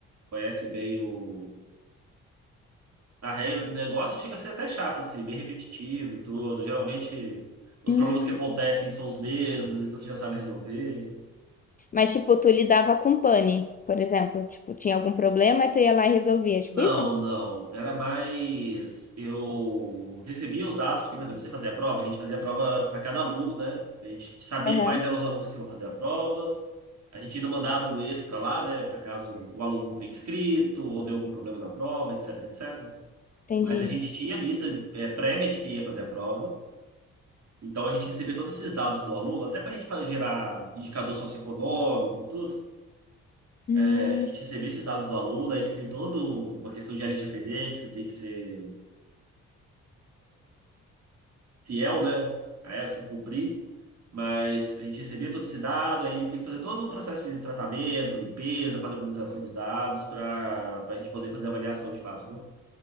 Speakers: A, on the right; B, on the left.
A: conhece bem o... a regra do negócio, chega a ser até chato, assim, bem repetitivo e tudo. Geralmente, os
B: Hum,
A: problemas que acontecem são os mesmos, então você já sabe resolver.
B: mas, tipo, tu lidava com pane, por exemplo. Tipo, tinha algum problema e tu ia lá e resolvia.
A: Não,
B: Tipo isso?
A: não. Era mais. Eu recebia os dados, porque, por exemplo, você fazia a prova, a gente fazia a prova para cada aluno, né? A gente sabia
B: Aham.
A: quais eram os alunos que iam fazer a prova. A gente ainda mandava um extra lá, né? Para caso o aluno não foi inscrito ou deu algum problema na prova, etc, etc.
B: Entendi.
A: Mas a gente tinha lista é, prévia de que ia fazer a prova. Então a gente recebia todos esses dados do aluno, até para a gente fazer gerar indicador socioeconômico e tudo.
B: Hum,
A: É, a gente recebia esses dados do aluno, aí você tem toda uma questão de LGPD, que você tem que ser fiel, né? A ela, você tem que cumprir. Mas a gente recebia todo esse dado, aí tem que fazer todo um processo de tratamento, limpeza, padronização dos dados, para para a gente poder fazer a avaliação de fato, né?